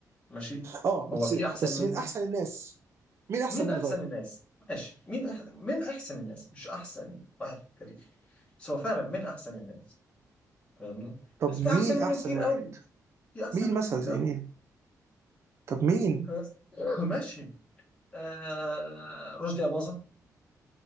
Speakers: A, on the left; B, on the right.
A: ماشي
B: اه
A: هو
B: بس
A: في
B: بس
A: احسن منه
B: من احسن الناس مين احسن
A: مين
B: منه
A: احسن
B: طيب
A: الناس ماشي مين أح... مين احسن الناس مش احسن واحد في التاريخ بس هو فعلا مين احسن الناس فاهمني
B: طب
A: بس في
B: مين
A: احسن منه
B: احسن
A: كتير
B: واحد
A: قوي في احسن
B: مين
A: منه
B: مثلا
A: كتير
B: زي
A: قوي
B: مين طب مين
A: ها؟ <coughs> <laughs> ماشي آه... رشدي اباظة